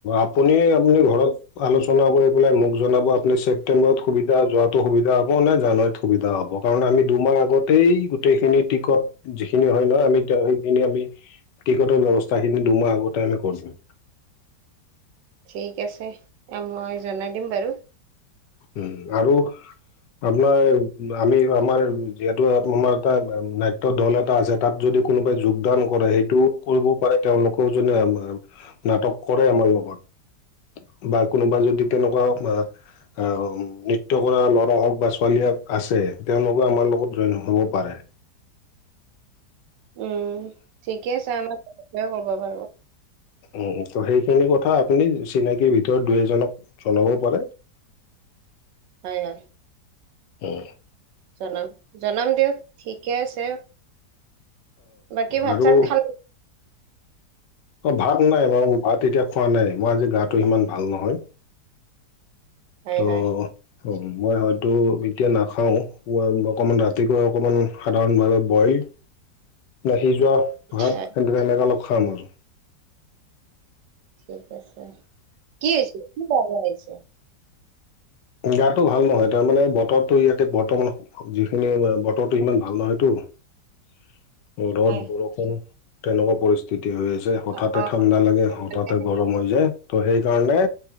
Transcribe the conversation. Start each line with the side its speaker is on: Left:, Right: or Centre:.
Left: আপুনি আপুনি ঘৰত আলোচনা কৰি পেলাই মোক জনাব, আপুনি ছেপ্তেম্বৰত সুবিধা যোৱাটো সুবিধা হ'ব নে জানুৱাৰীত সুবিধা হ'ব, কাৰণ আমি দুমাহ আগতেই গোটেইখিনি টিকট যিখিনি হয় নহয় আমি সেইখিনি আমি টিকটৰ ব্যৱস্থাখিনি দুমাহ আগতে আমি কৰিলোঁ।
Right: ঠিক আছে মই জনাই দিম বাৰু।
Left: উম, আৰু আপোনাৰ আমি আমাৰ যিহেতু আমাৰ এটা নাট্য দল এটা আছে। তাত যদি কোনোবাই যোগদান কৰে, সেইটোও কৰিব পাৰে তেওঁলোকেও যোনে নাটক কৰে আমাৰ লগত, বা কোনোবা যদি তেনেকুৱাও বা অঁ নৃট্য কৰা ল'ৰা হওক বা ছোৱালী হক আছে, তেওঁলোকে আমাৰ লগত জইন হ'ব পাৰে।
Right: উম ঠিকে আছে, আমাক স কৰিব পাৰোঁ।
Left: উম ত' সেইখিনি কথা আপুনি চিনাকিৰ ভিতৰত দুই এজনক জনাব পাৰে।
Right: হয় হয়।
Left: উম।
Right: জনাম জনাম দিয়ক ঠিকে আছে, বাকী ভাত
Left: আৰু
Right: চাত খাল
Left: অ ভাত নাই বাৰু ভাত এতিয়া খোৱা নাই, মই আজি গাটো সিমান ভাল নহয়।
Right: হয়,
Left: অ
Right: হয়।
Left: অ, মই হয়তো এতিয়া নাখাওঁ অকমান ৰাতিপুৱা অকমান সাধাৰণভাৱে বইল না সিযোৱা ভাত
Right: হয়,
Left: সেনে সেনেকে অলপ খাম আৰু।
Right: ঠিক আছে কি হৈছে কি ভ ভহ বাজিছে?
Left: গাতো ভাল নহয়, তাৰমানে বতৰটো ইয়াতে বৰ্তমান যিখিনি আমা বতৰটো সিমান ভাল নহয়তটো। ৰদ
Right: হয়।
Left: বৰষুণ তেনেকুৱা পৰিস্থিতি হৈ আছে, হঠাতে
Right: অ',
Left: ঠাণ্ডা লাগে
Right: মানে
Left: হঠাতে গৰম হৈ যায় ত' সেইকাৰণে